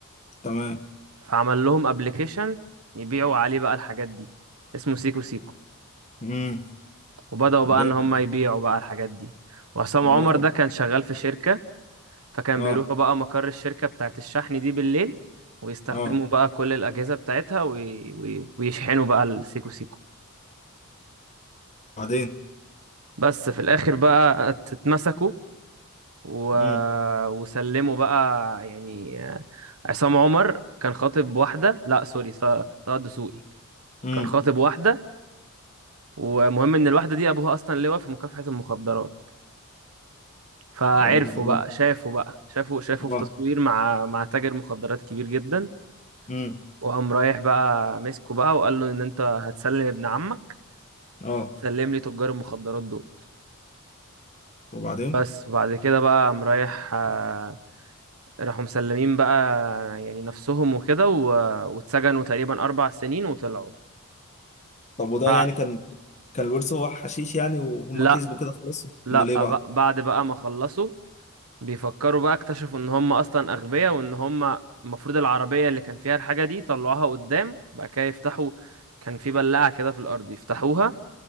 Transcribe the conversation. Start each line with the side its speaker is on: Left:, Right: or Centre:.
Left: تمام
Right: فعمل لهم ابلكيشن يبيعوا عليه بقى الحاجات دي اسمه سيكو سيكو
Left: امم
Right: وبدأوا بقى
Left: جامد
Right: ان هم يبيعوا بقى الحاجات دي وعصام
Left: عامة
Right: عمر ده كان شغال في شركة فكان
Left: اه
Right: بيروحوا بقى مقر الشركة بتاعت الشحن دي بالليل ويستخدموا
Left: اه
Right: بقى كل الأجهزة بتاعتها وي... وي... ويشحنوا بقى السيكو سيكو
Left: بعدين
Right: بس في الآخر بقى اتمسكوا و...
Left: امم
Right: وسلموا بقى يعني آه، عصام عمر كان خاطب واحدة لا سوري ط- طه الدسوقي
Left: امم
Right: كان خاطب واحدة ومهم ان الواحده دي ابوها اصلا لواء في مكافحه المخدرات فعرفوا
Left: وبعدين
Right: بقى شافوا بقى شافوا شافوا
Left: اه
Right: في تصوير مع مع تاجر مخدرات كبير جدا
Left: امم
Right: وقام رايح بقى مسكه بقى وقال له ان انت هتسلم ابن عمك
Left: اه
Right: وهتسلم لي تجار المخدرات دول
Left: وبعدين
Right: بس وبعد كده بقى قام رايح آه، راحوا مسلمين بقى يعني نفسهم وكده و- واتسجنوا تقريبا اربع سنين وطلعوا
Left: طب وده
Right: بع-
Left: يعني كان كان الورث هو حشيش يعني وهم
Right: لا
Left: كسبوا كده خلاص
Right: لا
Left: امال ايه بقى
Right: بق- بعد بقى ما خلصوا بيفكروا بقى اكتشفوا ان هم اصلا اغبياء وان هم المفروض العربية اللي كان فيها الحاجة دي طلعوها قدام وبعد كده يفتحوا كان في بلاعة كده في الارض يفتحوها